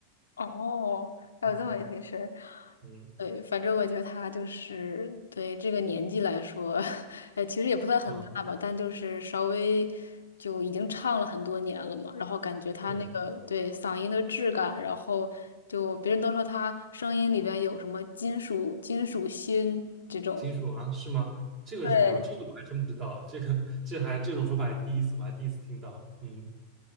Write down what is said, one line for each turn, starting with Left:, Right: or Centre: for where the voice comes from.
Left: 哦，还有这么一回事儿
Right: 嗯嗯
Left: 对，反正我觉得他就是对这个年纪来说，<laughs> 呃，其实也不算很大吧，
Right: 啊，
Left: 但就是稍微就已经唱了很多年了嘛，然后感觉他那个对嗓音的质感，
Right: 对，
Left: 然后就别人都说他声音里边有什么金属金属心这种，
Right: 金属啊，是吗？这个是什么说？
Left: 对，
Right: 这个我还真不知道，这个这还这种说法还第一次，我还第一次听到。嗯